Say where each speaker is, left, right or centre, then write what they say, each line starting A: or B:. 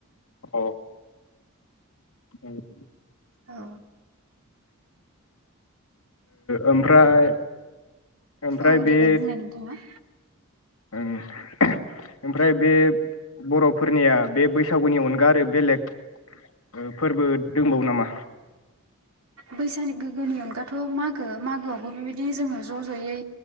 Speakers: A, on the left; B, on the right.
A: औ <unintelligible>
B: औ
A: ओमफ्राय
B: ओ
A: ओमफ्राय
B: औ
A: बे
B: देलाय बुंलाय नोंथाङा।
A: ओं ओमफ्राय बे बर'फोरनिया बे बैसागुनि अनगा आरो बेलेग फोरबो दंबावो नामा?
B: बैसानि गोग्गोनि अनगाथ' मागो मागोआवबो बेबायदिनो जोङो ज' ज'यै